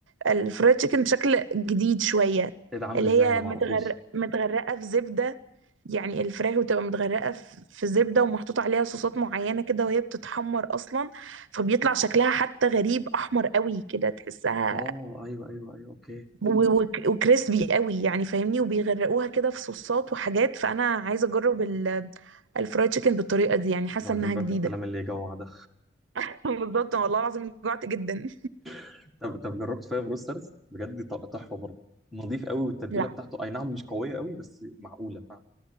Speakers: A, on the right; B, in the centre.
A: الفرايد تشيكن بشكل جديد شوية
B: ايه ده عامل
A: اللي
B: ازاي
A: هي
B: انا ما
A: متغرق
B: اعرفوش
A: متغرقة في زبدة يعني الفراخ بتبقى متغرقة في في زبدة ومحطوط عليها صوصات معينة كده وهي بتتحمر أصلا فبيطلع شكلها حتى غريب أحمر قوي كده تحسها
B: اه ايوه ايوه ايوه اوكي
A: و- وك- وكريسبي قوي يعني فاهمني وبيغرقوها كده في صوصات وحاجات فأنا عايزة أجرب ال- الفرايد تشيكن بالطريقة دي يعني حاسة
B: وبعدين
A: إنها
B: بقى
A: جديدة
B: في الكلام اللي يجوع ده
A: <laughs> بالظبط والله العظيم جوعت جدا
B: <laughs> طب طب جربت فايف روسترز بجد ط- تحفه برضه نظيف قوي والتتبيله
A: لا
B: بتاعته اي نعم مش قويه قوي بس معقوله فعلا